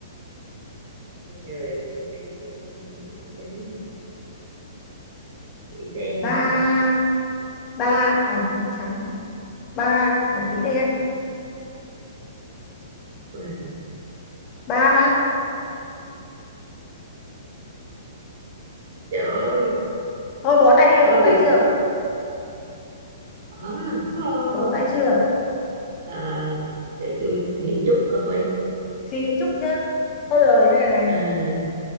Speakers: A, on the right; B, on the left.
A: Trời ơi, hai thằng Mỹ trắng, Mỹ đen
B: Ba, ba thằng nữ trắng, ba thằng nữ đen,
A: Wow.
B: ba.
A: Trời ơi,
B: Thôi bó tay đi,
A: thôi
B: bó
A: bị
B: tay
A: khứa
B: chưa?
A: hở.
B: Bó tay chưa?
A: à, để tôi suy nghĩ chút coi
B: Suy nghĩ chút nhá. Thôi rồi này này.
A: à,